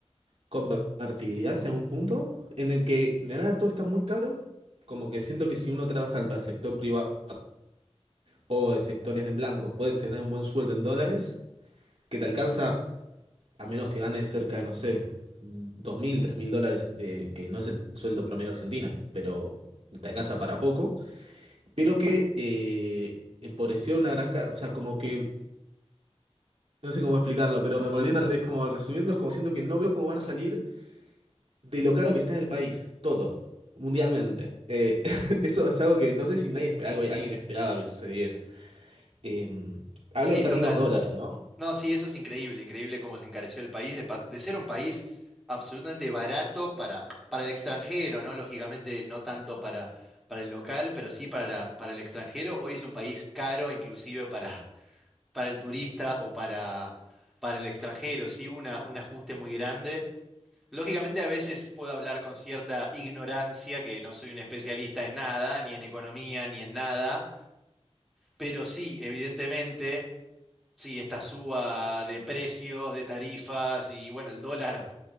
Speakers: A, on the right; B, in the centre.
A: convertibilidad en un punto, en el que de nada todo está muy caro, como que siento que si uno trabaja para el sector privado o el sector es en blanco, puede tener un buen sueldo en dólares, que te alcanza a menos que ganes cerca de, no sé, dos mil tres mil dólares, eh, que no es el sueldo promedio de Argentina, pero te alcanza para poco. pero que eh, empobreció una gran... ca- O sea, como que... No sé cómo explicarlo, pero me volviendo al- es como resumiendo, es como siento que no veo cómo van a salir de lo caro que está en el país, todo, mundialmente. Eh, <laughs> eso es algo que no sé si nadie, espe- algo- alguien esperaba que sucediera. Eh, hablo
B: Sí,
A: en términos
B: total.
A: dólares, ¿no?
B: No, sí, eso es increíble, increíble cómo se encareció el país, de, pa- de ser un país absolutamente barato para, para el extranjero, ¿no? Lógicamente, no tanto para, para el local, pero sí para, para el extranjero. Hoy es un país caro, inclusive para, para el turista o para, para el extranjero, ¿sí? Una, un ajuste muy grande. Lógicamente a veces puedo hablar con cierta ignorancia, que no soy un especialista en nada, ni en economía, ni en nada, pero sí, evidentemente, sí, esta suba de precios, de tarifas y bueno, el dólar